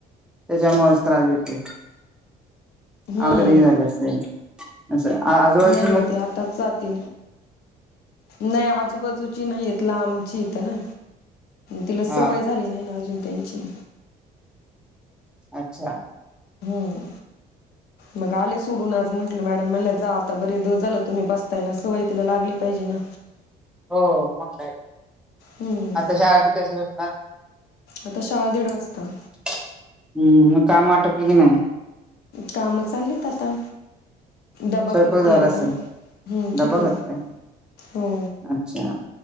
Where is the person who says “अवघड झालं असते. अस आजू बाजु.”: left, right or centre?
Centre